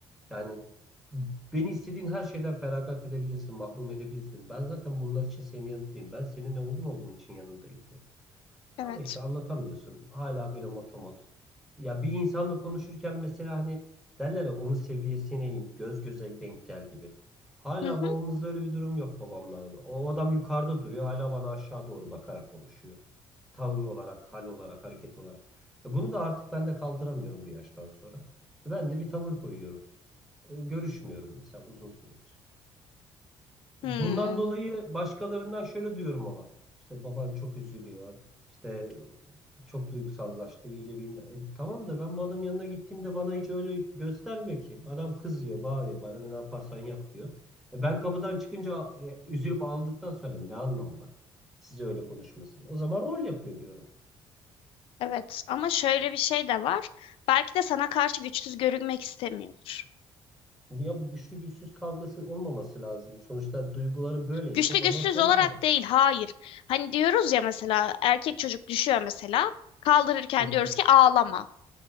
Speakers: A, in the centre; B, on the left (about 80°).
A: Yani beni istediğin her şeyden feragat edebilirsin, mahrum edebilirsin. Ben zaten bunlar için senin yanındayım. Ben senin ne olduğunu olduğun için yanındayım diyorum.
B: evet.
A: Ama işte anlatamıyorsun. Hala böyle motomot. Ya bir insanla konuşurken mesela hani derler ya onun seviyesine in, göz göze denk gel gibi. Hala
B: Hı hı.
A: babamızda öyle bir durum yok babamlarda. O adam yukarıda duruyor, hala bana aşağı doğru bakarak konuşuyor. Tavır olarak, hal olarak, hareket olarak. E Bunu da artık ben de kaldıramıyorum bu yaştan sonra. Ben de bir tavır koyuyorum. E, Görüşmüyorum mesela uzun süredir.
B: Hmm.
A: Bundan dolayı başkalarından şöyle duyuyorum ama işte baban çok üzülüyor. işte çok duygusallaştı iyice bilme. E, tamam da ben bu adamın yanına gittiğimde bana hiç öyle göstermiyor ki. Adam kızıyor, bağırıyor bana ne yaparsan yap diyor. E, ben kapıdan çıkınca e, üzülüp ağladıktan sonra ne anlamı var? Size öyle konuşmasın. O zaman rol yapıyor diyorum.
B: Evet ama şöyle bir şey de var. Belki de sana karşı güçsüz görünmek istemiyordur.
A: Ya bu güçlü güçsüz kavgası olmaması lazım. Sonuçta duyguları böyleyse
B: Güçlü
A: bana
B: güçsüz
A: söylemeli.
B: olarak değil, hayır. Hani diyoruz ya mesela erkek çocuk düşüyor mesela kaldırırken
A: Hı hı.
B: diyoruz ki ağlama.